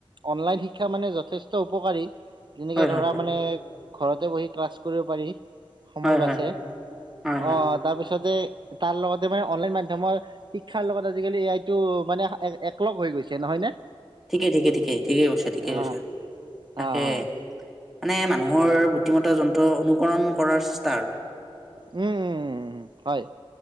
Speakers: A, on the right; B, in the centre.
A: অনলাইন শিক্ষা মানে যথেষ্ট উপকাৰী। যেনেকৈ
B: হয়
A: ধৰা
B: হয় হয়
A: মানে ঘৰতে বহি ক্লাছ কৰিব পাৰি। সময়
B: হয়
A: বাচছে,
B: হয় হয় হয় হয়
A: অ', তাৰপিছতে তাৰ লগতে মানে অনলাইন মাধ্যমৰ শিক্ষাৰ লগত আজিকালি এ আই টো মানে একলগ হৈ গৈছে নহয় নে?
B: ঠিকেই, ঠিকেই, ঠিকেই, ঠিকেই কৈছা, ঠিকেই
A: অ',
B: কৈছা, তাকে।
A: অ', অ'।
B: মানে মানুহৰ বুদ্ধিমাত্ৰা যোনটো অনুকৰণ কৰাৰ চেষ্টা আৰু
A: উম, উম, উম হয়